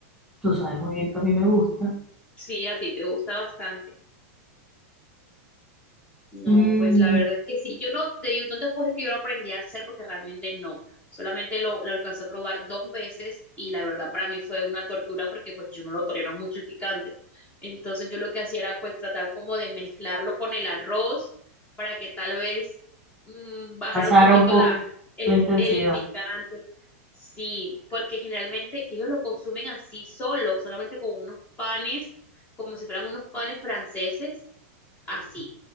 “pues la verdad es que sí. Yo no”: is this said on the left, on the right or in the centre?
Left